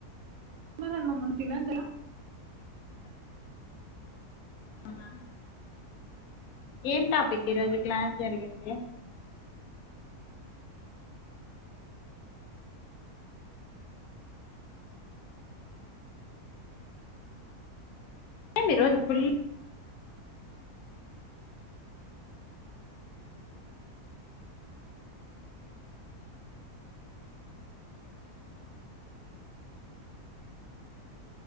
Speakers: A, on the right (about 80°); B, on the left (about 70°).
A: మరన్మ్మ తినన్ తిన
B: ఆ ఏం టాపిక్ ఈరోజు క్లాస్ జరిగింది. ఏం ఈ రోజు ఫుల్